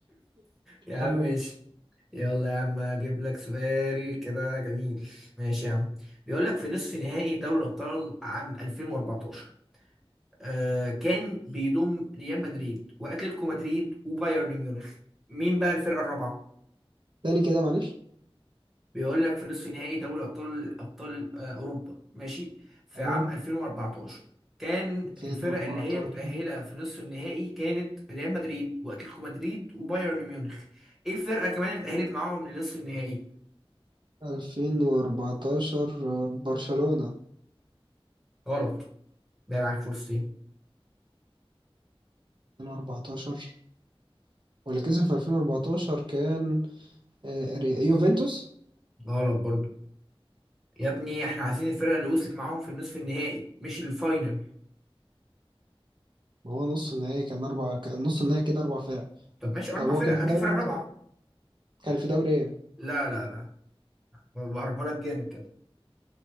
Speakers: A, in the centre; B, on the right (about 50°).
A: يا عم
B: يلا،
A: ماشي يلا يا عم اجيب لك سؤال كده جميل ماشي يا عم بيقول لك في نصف نهائي دوري الابطال عام 2014 آه كان بيضم ريال مدريد واتلتيكو مدريد وبايرن ميونخ مين بقى الفرقه الرابعه
B: تاني كده معلش
A: بيقول لك في نصف نهائي دوري ابطال ابطال آه اوروبا ماشي في
B: ايوه
A: عام 2014 كان
B: 2014
A: الفرق اللي هي متأهلة في نصف النهائي كانت ريال مدريد واتلتيكو مدريد وبايرن ميونخ ايه الفرقة كمان اللي اتأهلت معاهم لنصف النهائي
B: 2014 آه، برشلونة
A: غلط بقى معاك فرصتين
B: 2014 واللي كسب في 2014 كان آه، ري- يوفنتوس
A: غلط برضو يا ابني احنا عايزين الفرقه اللي وصلت معاهم في النصف النهائي مش الفاينل
B: وهو نص النهائي كان اربع كان نص النهائي كده اربع فرق
A: طب ماشي اربع
B: طب هو
A: فرق
B: كان في
A: هات
B: دوري
A: لي فرقه
B: ايه
A: رابعه
B: طيب؟ كان في دوري ايه؟
A: لا لا لا بقربها لك جامد كده